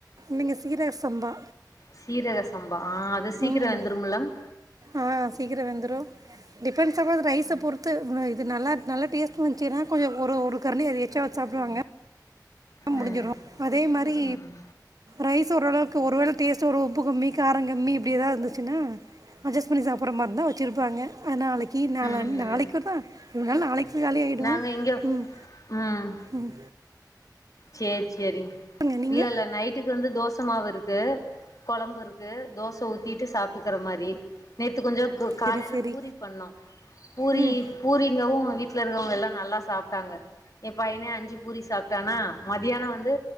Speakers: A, on the right (about 55°); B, on the left (about 50°).
A: நீங்க சீரக சம்பா
B: சீரக சம்பா ஆ அது சீக்கர
A: ம்
B: வெந்துருமல்லங்
A: ஆ சீக்கர வெந்துரு டிபெண்ட்ஸ் அபான் த ரைஸ பொறுத்து இது நல்லா நல்ல டேஸ்ட் வந்ச்சுனா கொஞ்ச ஒரு ஒரு கரண்டி எச்சா வெச்சு சாப்டுவாங்க முடிஞ்சிரு
B: ம்
A: அதே மாரி
B: ம்
A: ரைஸ் ஓரளவுக்கு ஒரு வேள டேஸ்ட்டு ஒரு உப்பு கம்மி காரங் கம்மி இப்டி எதாவுது இருந்துச்சுன்னா அட்ஜஸ் பண்ணி சாப்பற மாரி இருந்தா வெச்சிருப்பாங்க அது நாளைக் கி நாளா
B: ம்
A: நாளைக்குதா
B: ம்
A: இருந்தாலு நாளைக்கு காலி ஆயிடு
B: நாங்க இங்க
A: ம்
B: ம்
A: ம்
B: சேர் சேரிங்
A: பாருங்க நீங்க
B: இல்லல்ல நைட்டுக்கு வந்து தோசமாவு இருக்கு கொழம்பு இருக்கு தோச ஊத்திட்டு சாப்ட்டுக்கிற மாரி நேத்து கொஞ்ச காலைல
A: சரி சரி
B: பூரி பண்ணோ பூரி
A: ம்
B: பூரிங்கவு எங்க வீட்ல இருக்கிறவங்க எல்லா நல்லா சாப்ட்டாங்க எ பையனே அஞ்சு பூரி சாப்ட்டானா மதியான வந்து